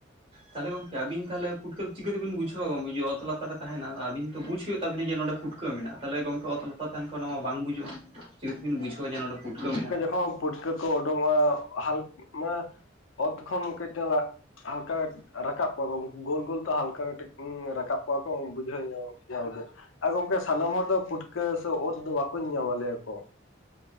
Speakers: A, on the right (about 30°); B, on the left (about 85°).
A: ᱛᱟᱦᱚᱞᱮ ᱜᱚᱝᱠᱮ ᱟᱵᱤᱱ ᱛᱟᱦᱚᱞᱮ ᱯᱩᱴᱟᱹ ᱫᱚ ᱪᱤᱠᱟᱹᱛᱮᱵᱤᱱ ᱵᱩᱡᱷᱟᱹᱣᱟ ᱜᱚᱝᱠᱮ ᱡᱮ ᱚᱛ ᱞᱟᱛᱟᱨ ᱨᱮ ᱛᱟᱦᱮᱱᱟ ᱟᱵᱤᱱ ᱛᱚ ᱵᱩᱡ ᱦᱩᱭᱩᱜ ᱛᱟᱵᱤᱱᱟ ᱡᱮ ᱱᱚᱸᱰᱮ ᱯᱩᱴᱠᱟᱹ ᱢᱮᱱᱟᱜᱼᱟ ᱛᱟᱦᱚᱞᱮ ᱜᱚᱢᱠᱮ ᱚᱛ ᱞᱟᱛᱟᱨ ᱨᱮ ᱛᱟᱦᱮᱱ ᱠᱷᱟᱱ ᱢᱟ ᱵᱟᱝ ᱵᱩᱡᱩᱜᱼᱟ ᱪᱤᱠᱟᱹᱛᱤᱵᱤᱱ ᱵᱩᱡᱷᱟᱹᱣᱟ ᱡᱮ ᱱᱚᱸᱰᱮ ᱯᱩᱴᱟᱹ ᱢᱮᱱᱟᱜᱼᱟ
B: ᱦᱸ ᱯᱩᱴ ᱠᱟᱹ ᱠᱚ ᱚᱰᱳᱝ ᱚᱜ-ᱟ ᱦᱟᱞ ᱢᱟ ᱚᱛ ᱠᱷᱚᱱ ᱠᱟᱹᱡ ᱪᱟᱞᱟᱜ ᱦᱟᱞᱠᱟ ᱨᱟᱠᱟᱵ ᱠᱚᱣᱟ ᱠᱚ ᱜᱳᱞ ᱜᱳᱞ ᱛᱚ ᱦᱟᱞᱠᱟ ᱠᱟᱹᱴᱤᱡ ᱨᱟᱠᱟᱵ ᱠᱚᱣᱟ ᱠᱚ ᱵᱩᱡᱷᱟᱹᱣ ᱧᱚᱜ ᱡᱟᱦᱟ ᱩᱰᱩᱡ ᱟᱨ ᱜᱚᱝᱠᱮ ᱥᱟᱱᱟᱢ ᱦᱚᱲ ᱫᱚ ᱯᱷᱩᱴᱠᱟᱹ ᱥᱮ ᱚᱛ ᱫᱚ ᱵᱟᱠᱚ ᱧᱤᱧᱟᱢᱟ ᱞᱮᱭᱟ ᱠᱚ